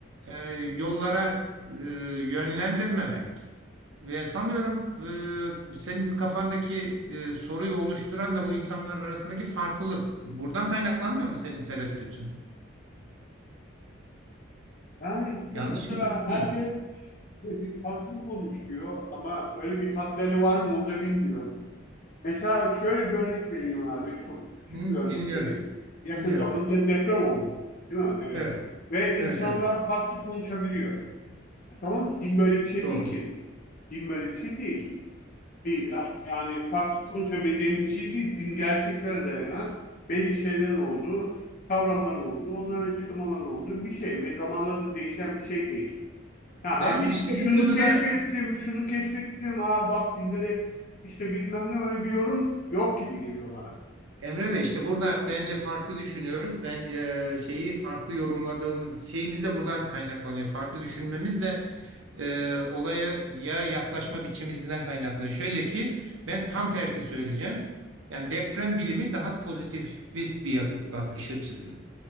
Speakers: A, on the right (about 80°); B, on the left (about 40°).
A: e, yollara e, yönlendirmemek. Ve sanıyorum e, senin kafandaki e, soruyu oluşturan da bu insanlar arasındaki farklılık. Buradan kaynaklanmıyor mu senin tereddütün?
B: Yani sonuçta
A: Yanlış mı?
B: herkes
A: Hı.
B: bir farklı konuşuyor ama böyle bir hatları var mı onu da bilmiyorum. Mesela şöyle bir örnek vereyim abi. Çok küçük
A: Hı,
B: bir örnek
A: dinliyorum.
B: vereyim. Yakın
A: Dinliyorum.
B: zamanda deprem oldu. Değil mi? Evet.
A: Evet.
B: Ve
A: Evet,
B: insanlar
A: evet.
B: farklı konuşabiliyor. Tamam mı? Din böyle bir şey
A: Doğru.
B: değil ki. Din böyle bir şey değil. Bir, yani farklı konuşabileceğim bir şey değil. Din gerçeklere dayanan belli şeylerin olduğu, kavramların olduğu, onların açıklamaların olduğu bir şey ve zamanla da değişen bir şey değil ha
A: Ben
B: bir,
A: işte
B: bir şunu
A: bu konuda
B: keşfettim, şunu keşfettim. Ha bak dinleri işte bilmem ne öyle bir yorum yok gibi geliyor bana.
A: Emre Bey işte burada bence farklı düşünüyoruz. Ben e, şeyi farklı yorumladığımız şeyimiz de buradan kaynaklanıyor. Farklı düşünmemiz de e, olaya ya yaklaşma biçimimizden kaynaklanıyor. Şöyle ki ben tam tersi söyleyeceğim. Yani deprem bilimi daha pozitivist bir yak- bakış açısı.